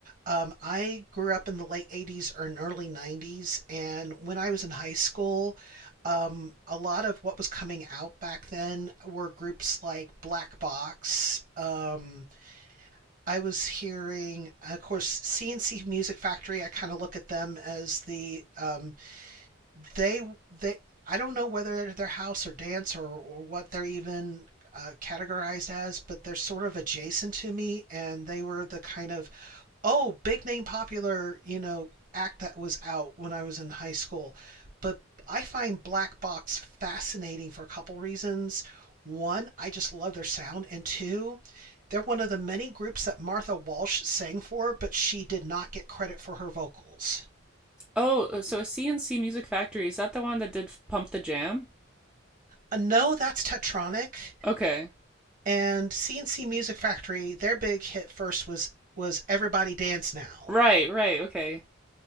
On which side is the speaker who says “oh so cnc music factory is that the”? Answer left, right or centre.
Centre